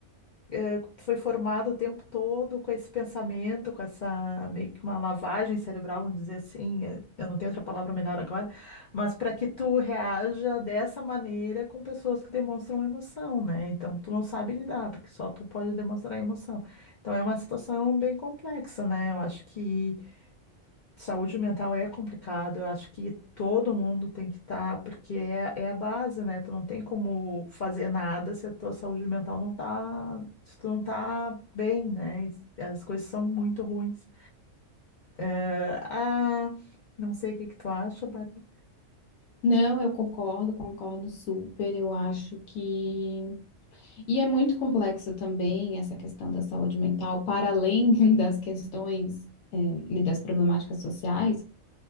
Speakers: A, on the left (about 60°); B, on the left (about 90°).
A: é, Tu foi formado o tempo todo com esse pensamento, com essa meio que uma lavagem cerebral, vamos dizer assim. é, Eu não tenho outra palavra melhor agora, mas para que tu reaja dessa maneira com pessoas que demonstram emoção, né? Então tu não sabe lidar, porque só tu pode demonstrar emoção. Então é uma situação bem complexa, né? Eu acho que. Saúde mental é complicado, eu acho que todo mundo tem que estar, porque é, é a base, né? Tu não tem como fazer nada se a tua saúde mental não tá, se tu não tá bem, né? As coisas são muito ruins. Eh, ah, não sei o que que tu acha, Bárbara.
B: Não, eu concordo, concordo super. Eu acho que. E é muito complexo também essa questão da saúde mental, para além <laughs> das questões, eh, e das problemáticas sociais,